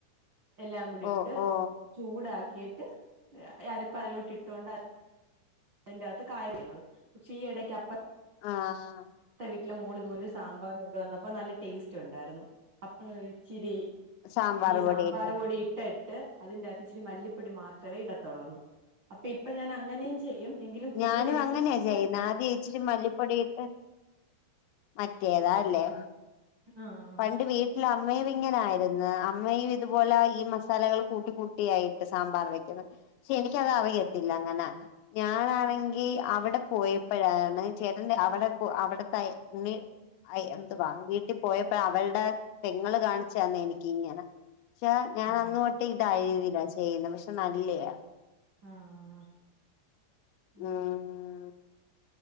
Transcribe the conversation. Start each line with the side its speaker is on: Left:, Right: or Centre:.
Right: എല്ലാം കൂടിട്ട്
Left: ഓ ഓ
Right: ചൂടാക്കിയിട്ട് അരപ്പ അലോട്ട് ഇട്ടുകൊണ്ട് അതിന്റെകത്ത് കായ വീണത് പക്ഷേ ഈ ഇടക്ക്പ്പ
Left: ആഹ്
Right: ത്തെ വീട്ടിലെ മോൾ ഇതുപോലെ സാമ്പാർ കൊണ്ടുവന്നപ്പോ നല്ല ടേസ്റ്റ് ഉണ്ടായിരുന്നു അപ്പ ഇച്ചിരി
Left: സാമ്പാർ
Right: ഈ സാമ്പറ്
Left: പൊടിയിട്ട്
Right: പൊടി ഇ ഇട്ട ട്ട് അതിന്റെകത്ത് ഇച്ചിരി മല്ലിപ്പൊടി മാത്രവേ ഇടത്തൊള്ളന്ന് അപ്പൊ ഇപ്പൊ ഞാൻ അങ്ങനെയും ചെയ്യും എങ്കിലും കൂടുതൽ
Left: ഞാനും
Right: എനിക്കിഷ്ടം
Left: അങ്ങനെയാ ചെയ്യുന്ന ആദ്യ ഇച്ചിരി മല്ലിപ്പൊടിയിട്ട് മറ്റേതാല്ലേ
Right: ആഹ്
Left: പണ്ട് വീട്ട ഇല്ല അമ്മയും ഇങ്ങനൊയിരുന്നു അമ്മയും ഇതുപോലെ ഈ മസാലകൾ കൂട്ടി കൂട്ടിയായിട്ട് സാമ്പാർ വെക്കുന്നു പക്ഷെ എനിക്കത് അവിയത്തില്ല അങ്ങനെ ഞാനാണെങ്കി അവിടെ പോയപ്പോഴാണ് ചേട്ടൻ് അവിടെ പോ അവിടെ ത <unintelligible> അയി എന്തു വാ വീട്ടിൽ പോയ അപ്പ അവളുടെ പെങ്ങൾ കാണിച്ചന്ന എനിക്ക് ഇങ്ങനെ പക്ഷെ ഞാൻ
Right: ആഹ് ആഹ്
Left: അന്ന്തൊ ഇത്ഴുതില്ല ചെയ്യുന്നത് പക്ഷെ നല്ലയാ
Right: ആഹ് ആഹ്
Left: ഉം